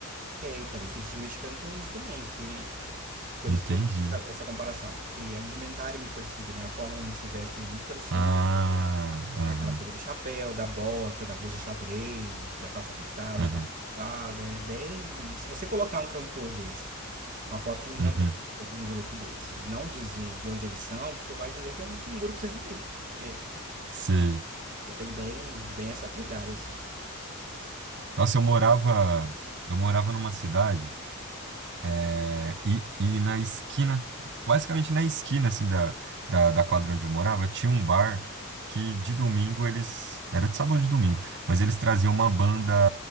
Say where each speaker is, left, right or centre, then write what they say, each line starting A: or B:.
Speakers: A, on the right; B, on the right.
A: é, então, esse ritmo mexicano tem isso também, que. Por
B: Entendi.
A: isso que eu fiz essa, essa comparação, porque a indumentária é muito parecida, né? A forma como eles se vestem é muito parecida.
B: Ah, aham,
A: Aquela coisa do chapéu, da bota, da blusa xadrez, da calça apertada,
B: aham,
A: da calça ajustada, é bem. Se você colocar um cantor desse Uma foto de um cantor
B: uhum,
A: desse, ou de um grupo desses. e Não dizer de onde eles são, você vai dizer que é um, um grupo sertanejo. Porque,
B: sei.
A: porque tem bem, bem essa pegada, assim.
B: Nossa, eu morava, eu morava numa cidade. É, e, e na esquina, basicamente na esquina assim da, da, da quadra onde eu morava, tinha um bar que de domingo eles. Era de sábado ou de domingo, mas eles traziam uma banda.